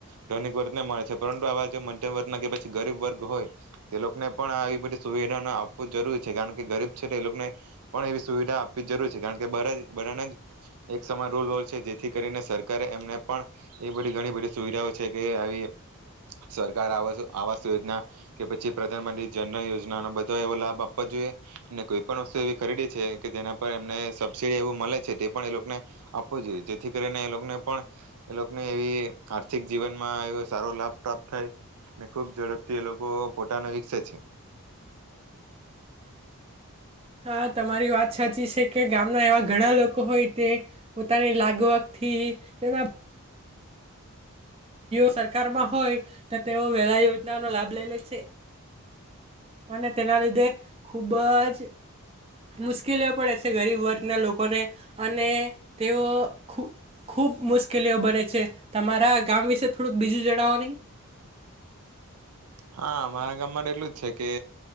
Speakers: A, on the right; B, on the right.
A: ધનિક વર્ગને મળે છે, પરંતુ આવા મધ્યમ વર્ગ ના કે પછી ગરીબ વર્ગ હોય તો એ લોકોને પણ આવી બધી સુવિધા આપવું જરૂરી છે, કારણ કે ગરીબ છે તો એ લોકોને પણ એવી સુવિધા આપ જરૂરી છે કારણ કે બર બધાના જ એક સમાન રોલ હોલ છે જેથી કરીને સર કારે એમને પણ એ બધ ઘણી બધી સુવિધાઓ છે કે આવી સરકાર આ આવાસ યોજના, કે પછી પ્રધાનમંત્રી જનન યોજના, બધો એવો લાભ આપવો જોઈએ કોઈ પણ વસ્તુ એવી ખરીદી છે કે જેના એમને સબસીડી એવું મળે છે, તે પણ એ લોકોને આપવું જોઈએ જેથી કરીને એ લોકોને પણ એ લોકોને એવી આર્થિક જીવનમાં એ સારો લાભ પ્રાપ્ત થાય, ખુબ ઝડપથી એ લોકો પોતાને વિકસે છે.
B: હા તમારી વાત સાચી છે, કે ગામના એવા ઘણા લોકો હોય તે પોતાની લાગવકથી તેના સરકારમાં હોય તો તેઓ વેલા યોજનાનો લાભ લઈ લે છે, અને તેના લીધે ખુબ જ મુશ્કેલીઓ પડે છે ગરીબ વર્ગના લોકોને અને તેઓ ખૂબ ખુબ મુશ્કેલીઓ બને છે, તમારા ગામ વિશે થોડુંક બીજુ જણાવો ની?
A: હા મારા ગામ માટે એટલું જ છે કે